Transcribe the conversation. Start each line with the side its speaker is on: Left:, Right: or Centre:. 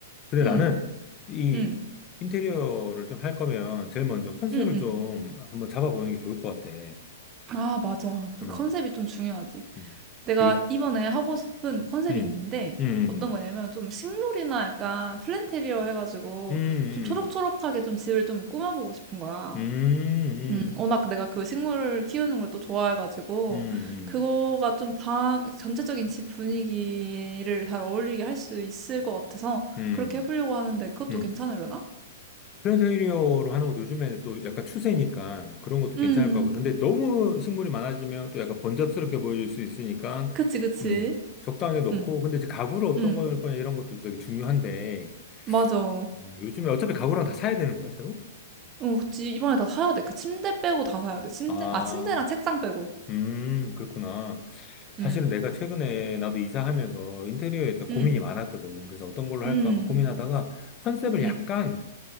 Left: 근데
Right: 응,
Left: 나는 이
Right: 응,
Left: 인테리어를 좀 할 거면 제일 먼저 컨셉을
Right: 응, 응.
Left: 좀 한번 잡아보는 게 좋을 것 같아.
Right: 아, 맞아. 좀
Left: 음,
Right: 컨셉이 좀 중요하지.
Left: 음,
Right: 내가
Left: 요,
Right: 이번에 하고 싶은 컨셉이
Left: 음,
Right: 있는데,
Left: 음,
Right: 어떤 거냐면, 좀 식물이나 약간 플랜테리어 해가지고,
Left: 음,
Right: 좀 초록초록하게
Left: 음,
Right: 좀 집을 좀 꾸며보고 싶은 거야.
Left: 음,
Right: 음,
Left: 음,
Right: 워낙 내가 그 식물을 키우는 걸 또 좋아해가지고,
Left: 음, 음,
Right: 그거가 좀 방, 전체적인 집 분위기를 잘 어울리게 할 수 있을 것 같아서,
Left: 음,
Right: 그렇게 해보려고 하는데, 그것도
Left: 음, 음,
Right: 괜찮으려나?
Left: 플랜테리어로 하는 것도 요즘에 또 약간 추세니까 그런 것도
Right: 음,
Left: 괜찮을 것 같고. 근데 너무 식물이 많아지면 또 약간 번잡스럽게 보여질 수 있으니까,
Right: 그치, 그치.
Left: 음, 적당히 넣고.
Right: 음,
Left: 근데 이제 가구를 어떤
Right: 음,
Left: 걸 거냐 이런 것도 되게 중요한데,
Right: 맞아.
Left: 음, 요즘에 어차피 가구랑 다 사야 되는 거야, 새로?
Right: 어, 그치. 이번에 다 사야 돼. 그 침대 빼고 다 사야 돼. 침대,
Left: 아,
Right: 아, 침대랑 책상 빼고.
Left: 음, 그렇구나. 사실은
Right: 음,
Left: 내가 최근에 나도 이사하면서 인테리어에 좀 고민이
Right: 음,
Left: 많았거든. 그래서 어떤 걸로
Right: 음,
Left: 할까 막 고민하다가 컨셉을
Right: 음,
Left: 약간,